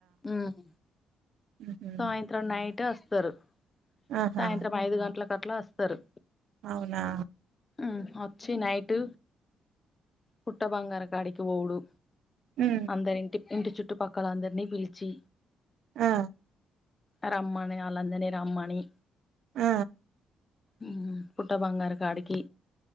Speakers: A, on the left (about 25°); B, on the right (about 75°).
A: మ్
B: ఉహు
A: సాయంత్రం నైట్ వస్తారు
B: ఆహా
A: సాయంత్రం ఐదు గంట్ల కట్లా వస్తారు
B: అవునా
A: మ్ వచ్చి నైట్ పుట్ట బంగారం కాడికి పోవుడు
B: మ్
A: అందరి ఇంటి ఇంటి చుట్టుపక్కల అందరినీ పిలిచి
B: ఆ
A: రమ్మాని ఆలాందరిని రమ్మని
B: ఆ
A: మ్ పుట్ట బంగారం కాడికి